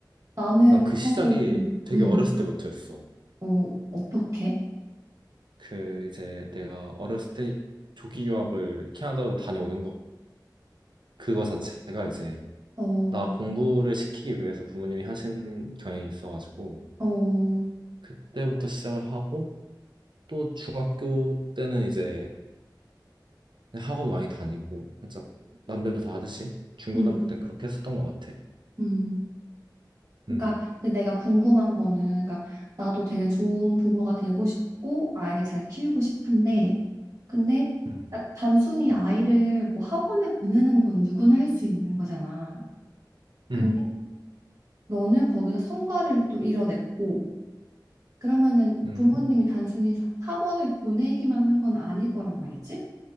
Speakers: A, on the right (about 45°); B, on the right (about 80°).
A: 나는
B: 난
A: 그런
B: 그 시작이
A: 걸 좀,
B: 되게
A: 음,
B: 어렸을 때부터였어.
A: 어, 어떻게?
B: 그 이제 내가 어렸을 때 조기 유학을 캐나다로 다녀오는 것, 그거 자체가 이제
A: 어,
B: 나 공부를 시키기 위해서 부모님이 하신 경향이 있어가지고,
A: 어,
B: 그때부터 시작을 하고 또 중학교 때는 이제 학원 많이 다니고 살짝 남들 다 하듯이 중고등학교
A: 음,
B: 때는 그렇게 했었던 것 같아.
A: 음. 그러니까
B: 음,
A: 근데 내가 궁금한 거는, 그러니까 나도 되게 좋은 부모가 되고 싶고 아이를 잘 키우고 싶은데, 근데
B: 음,
A: 딱 단순히 아이를 뭐 학원에 보내는 건 누구나 할 수 있는 거잖아. 근데
B: 음,
A: 너는 거기서 성과를 또 이뤄냈고, 그러면은
B: 음,
A: 부모님이 단순히 사- 학원을 보내기만 한 건 아닐 거란 말이지?